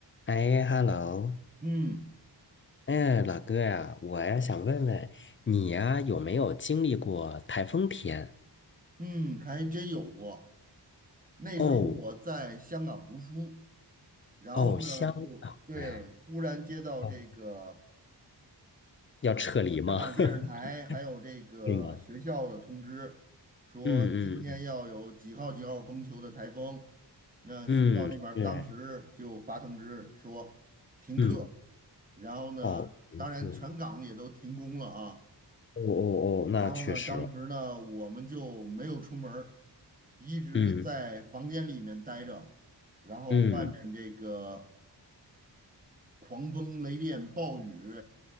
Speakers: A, on the left; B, on the right.
A: 哎，hello，
B: 嗯
A: 哎，老哥呀，我呀想问问你呀，有没有经历过台风天？
B: 嗯，还真有过。那时候我在香港读书，
A: 哦
B: 然后呢，
A: 哦，香港呀，
B: 就对，忽然接到这个
A: 哦，要撤离吗？
B: 香港电视台还有这个学校的通知，
A: <laughs> 是吗？
B: 说今天要有几号几号风球的台风。
A: 嗯嗯
B: 那学校那边儿当时就发通知说停课，
A: 嗯嗯，对，嗯，
B: 然后呢，
A: 哦，没错，
B: 当然全港也都停工了啊。
A: 哦哦哦，那确实，
B: 然后呢，当时呢，我们就没有出门儿一直在房间里面待着，
A: 嗯
B: 然后外面这个
A: 嗯
B: 狂风雷电暴雨，